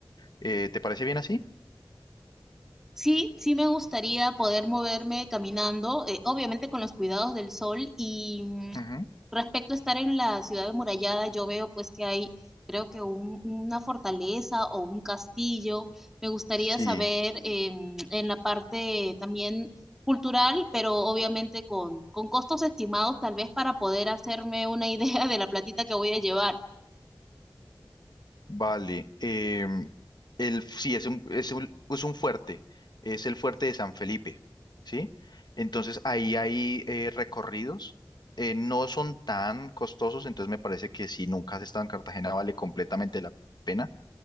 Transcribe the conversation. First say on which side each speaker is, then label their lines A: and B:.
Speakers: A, on the left (about 65°); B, in the centre.
A: Eh, ¿te parece bien así?
B: Sí, sí me gustaría poder moverme caminando, eh, obviamente con los cuidados del sol y mm,
A: Ujú.
B: respecto a estar en la ciudad amurallada, yo veo pues que hay creo que un- una fortaleza o un castillo. Me gustaría
A: Sí.
B: saber em, en la parte también cultural, pero obviamente con, con costos estimados tal vez para poder hacerme una <laughs> idea de la platita que voy a llevar.
A: Vale, em, el, sí, es un, es un, es un fuerte, es el fuerte de San Felipe, ¿sí? Entonces ahí hay eh, recorridos, eh, no son tan costosos, entonces me parece que si nunca has estado en Cartagena vale completamente la pena,